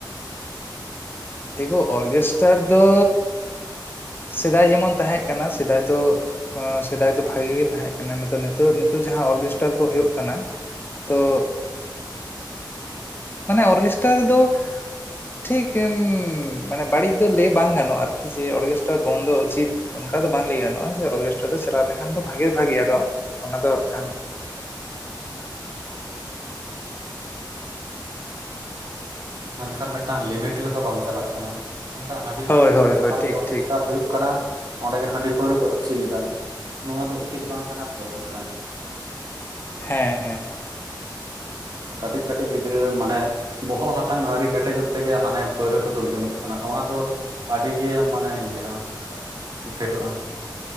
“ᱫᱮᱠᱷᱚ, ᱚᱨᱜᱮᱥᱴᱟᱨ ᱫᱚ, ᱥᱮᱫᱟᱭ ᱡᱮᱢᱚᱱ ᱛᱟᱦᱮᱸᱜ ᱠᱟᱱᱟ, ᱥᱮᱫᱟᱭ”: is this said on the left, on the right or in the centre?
Left